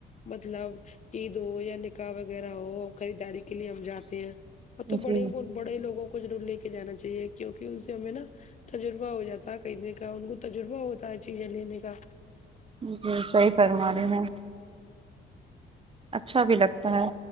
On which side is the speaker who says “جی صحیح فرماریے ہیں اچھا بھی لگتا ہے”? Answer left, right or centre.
Right